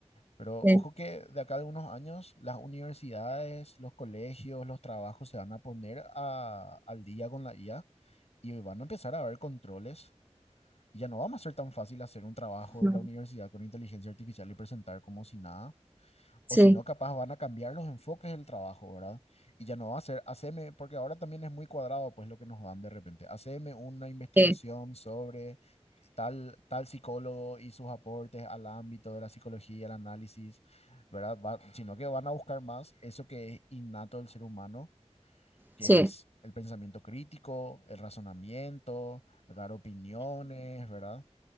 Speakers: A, on the left; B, on the right.
A: Pero
B: sí,
A: ojo que de acá de unos años las universidades, los colegios, los trabajos se van a poner a- al día con la IA y van a empezar a haber controles. Y ya no vamos a ser tan fácil hacer un trabajo
B: no,
A: de la universidad con inteligencia artificial y presentar como si nada
B: sí,
A: o si no, capaz van a cambiar los enfoques del trabajo, ¿verdad? Y ya no va a ser, haceme, porque ahora también es muy cuadrado, pues lo que nos dan de repente. Haceme una investigación
B: sí,
A: sobre tal, tal psicólogo y sus aportes al ámbito de la psicología, el análisis, ¿verdad? Va- sino que van a buscar más eso que es innato del ser humano, que
B: sí.
A: es el pensamiento crítico, el razonamiento, dar opiniones, ¿verdad?